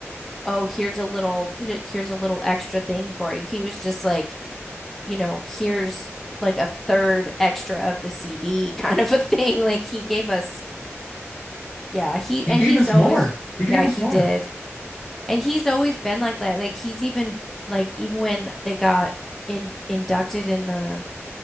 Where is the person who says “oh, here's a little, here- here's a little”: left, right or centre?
Centre